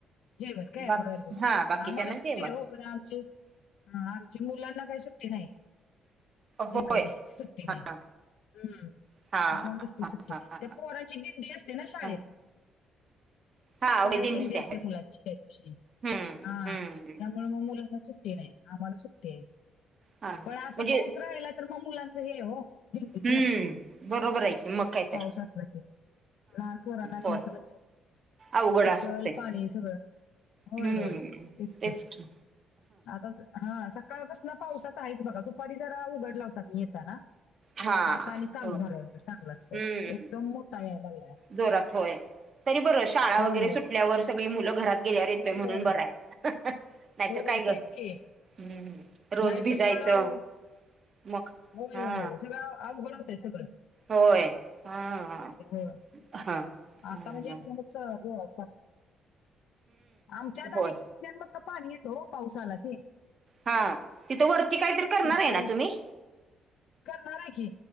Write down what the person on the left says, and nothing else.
जेवण काय
बरोबर
आम्हाला सुट्टी
आहे हो पण आमची. हा आमची मुलांना काही सुटी नाही.
एकादशीची सुट्टी नाही
हम्म
आ्हा नसते सुट्टी.
परांची दिंडी असते ना शाळेत
शाळेत
तंडी
असते
मुलांची.
हा
त्यामुळे मग मुलांना सुट्टी नाही आम्हाला सुट्टी आहे.
पण असा
पाऊस राहिला तर मग मुलांच हे हो. दिंडीच
पाऊस असला क लहान पोरांना न्यायचं
म्हणजे
चिखल
पाणी सगळं होय
होय तेचक
आताच हा सकाळपासन पावसाचा आहेच बघा दुपारी जरा उघडला होता मी येेत ना.
आता आणि चालू
झालाय मझ चांगलाच
पाऊस एकदम मोठा याय लागला
होय
होय.
होय
होय
होय
तेच
की
नाहीतर
फार अहो
होय
होय होय सगळ आवघ घडवतय सगळं.
होय
आता
म्हणजेां आमच्यात आ
मग पाणी येतं पावसाला क
खिडक्या
करणार आहे की